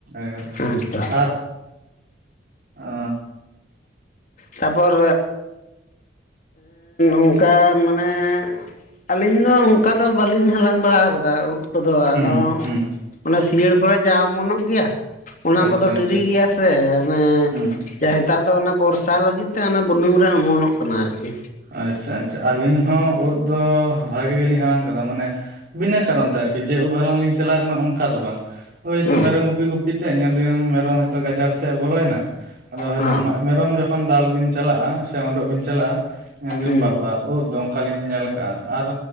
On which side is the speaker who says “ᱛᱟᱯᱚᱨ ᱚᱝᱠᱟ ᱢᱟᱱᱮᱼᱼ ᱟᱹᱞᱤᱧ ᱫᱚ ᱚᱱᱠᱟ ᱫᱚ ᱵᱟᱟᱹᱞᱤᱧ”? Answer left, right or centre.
Left